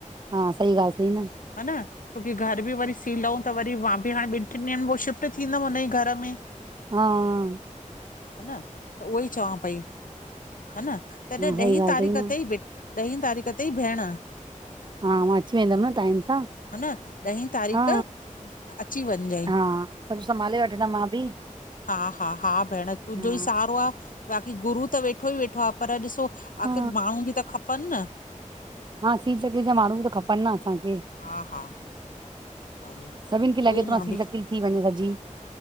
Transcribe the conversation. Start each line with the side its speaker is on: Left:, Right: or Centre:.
Right: हा सही ॻाल्हि अथई न
Left: हा न छोकी घर बि वरी सीलऊं त वरी मां बि हाणे ॿिन टिन ॾींहंन में पो शिफ्ट थींदम हुन ई घर में।
Right: हा --
Left: हा न त उहोई चवां पई हा न। तॾहिं
Right: हा सही
Left: ॾहीं
Right: ॻाल्हि
Left: तारीख़
Right: अथई न
Left: तई ॾहीं तारीख़ तई भेण।
Right: हा मां अची वेंदम न टाइम सां।
Left: न ॾहीं तारीख़
Right: हा!
Left: अची वञिजांइ
Right: हा सब संभाले वठंदम मां बि।
Left: हा हा हा भेण तुंहिंजो
Right: हा
Left: ई सहारो आ, बाक़ी गुरू त वेठो ई वेठो आ, पर ॾिसो
Right: हा
Left: आख़िर माण्हू बि त खपन न।।
Right: हा सी चॻे जा माण्हू त खपन न असांखे।
Left: हा, हा। हल उहो
Right: सभिनि खे लॻे
Left: ई
Right: तो
Left: मां
Right: सील
Left: बि
Right: तकिल थी वञे सॼी।